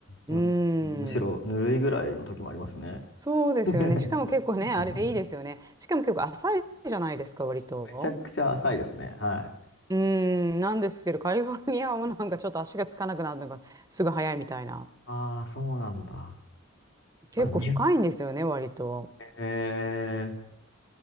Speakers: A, on the left; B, on the right.
A: ぬむしろぬるいぐらいの時もありますね。
B: うーん。そうですよね。
A: <laughs>
B: しかも結構ね、
A: うん
B: あれいいですよね。しかも結構浅いじゃないですか、割と。
A: めちゃくちゃ浅いですね。はい。
B: うーん。なんですけど、カリフォルニアはなんかちょっと足がつかなくなるのがすぐ早いみたいな。
A: ああ、そうなんだ。
B: 結構深いんですよね、
A: まあ、でもに、
B: 割と。
A: え